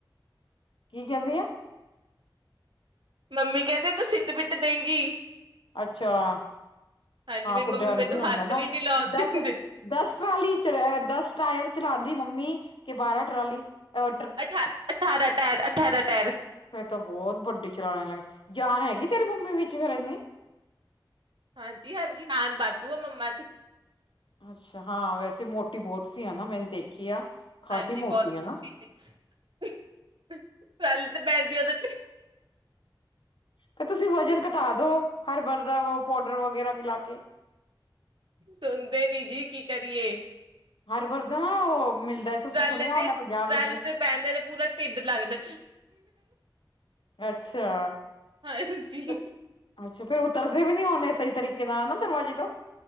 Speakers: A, on the left; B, on the right.
A: ਕੀ ਕਹਿੰਦੀ ਏ।
B: ਮੰਮੀ ਕਹਿੰਦੇ ਤੂੰ ਸਿੱਟ ਬਿੱਟ ਦੇਂਗੀ।
A: ਅੱਛਾ,
B: ਹਾਂਜੀ
A: ਹਾਂ
B: ਮੇਰੀ
A: ਤੇ
B: ਮੰਮੀ
A: ਡਰ
B: ਮੈਨੂੰ
A: ਵੀ ਆਉਂਦਾ
B: ਹੱਥ
A: ਨਾ,
B: ਵੀ ਨੀ ਲਾਉਣ
A: ਦੱਸ
B: ਦਿੰਦੇ
A: ਦਸ ਟਰਾਲੀ 'ਚ ਦਸ ਟਾਇਰ ਚਲਾਉਂਦੀ ਮੰਮੀ, ਕਿ ਬਾਰਾਂ ਟਰਾਲੀ ਅ
B: ਅਠ ਅਠਾਰਾਂ ਟਾਇਰ, ਅਠਾਰਾਂ ਟਾਇਰ।
A: ਫਿਰ ਤਾਂ ਬਹੁਤ ਵੱਡੀ ਚਲਾਣ ਲੱਗ, ਜਾਨ ਹੈਗੀ ਤੇਰੀ ਮੰਮੀ ਵਿੱਚ ਫਿਰ ਏਨੀ।
B: ਹਾਂਜੀ, ਹਾਂਜੀ ਜਾਨ ਬਾਧੂ ਆ ਮੰਮਾ 'ਚ।
A: ਅੱਛਾ, ਹਾਂ ਵੈਸੇ ਮੋਟੀ ਬਹੁਤ ਸੀ ਹੈਨਾ ਮੈਨੇ ਦੇਖੀ ਆ। ਖਾਸੀ
B: ਹਾਂਜੀ ਬਹੁਤ
A: ਹੈ
B: ਮੋਟੀ
A: ਨਾ
B: ਸੀ, ਟਵੈਲਥ ਬੈਂਦੀ ਉਹਦੇ
A: ਤੇ ਤੁਸੀਂ ਵਜ਼ਨ ਘਟਾ ਦੋ, ਹਰਥਲ ਦਾ ਵੋ ਪੋਡਰ ਵਗੈਰਾ ਪਿਲਾ ਕੇ।
B: ਸੁਣਦੇ ਨੀ ਜੀ, ਕੀ ਕਰੀਏ?
A: ਹਰਵਰ ਦਾ, ਮਿਲਦਾ। ਤੁਸੀਂ
B: ਟਰਾਲੇ
A: ਸੁਣਿਆ
B: ਤੇ,
A: ਹੋਣਾ ਪੰਜਾਬ
B: ਟਰਾਲੇ
A: ਵਿੱਚ ਵੀ
B: ਤੇ ਬਹਿੰਦੇ ਨੇ ਪੂਰਾ ਢਿੱਡ ਲੱਗਦਾ।
A: ਅੱਛਾ।
B: ਹਾਂਜੀ।
A: ਫਿਰ- ਅੱਛਾ, ਤੇ ਉਤਰਦੇ ਵੀ ਨੀ ਹੋਣੇ ਸਈ ਤਰੀਕੇ ਨਾਲ ਨਾ, ਦਰਵਾਜ਼ੇ ਤੋਂ।